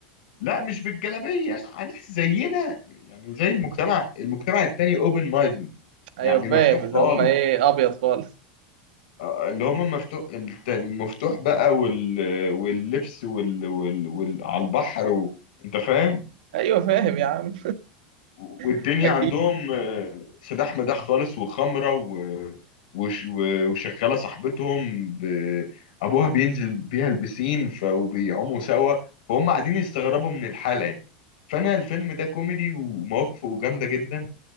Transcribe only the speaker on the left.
لا مش بالجلابية ناس زينا يعني زي المجتمع المجتمع التاني اوبن مايند
يعني
مفتوح
خالص
آه، اللي هم مفتوح الت- المفتوح بقى وال... واللبس وال... وال... وال... على البحر و... انت فاهم
والدنيا
عندهم آه، سلاح مداح خالص وخمرة و... وش... و- وشغالة صاحبتهم ب... أبوها بينزل بيها البسين ف... وبيعوموا سوا فهم قاعدين يستغربوا من الحالة يعني فأنا الفيلم ده كوميدي ومواقفه جامدة جدا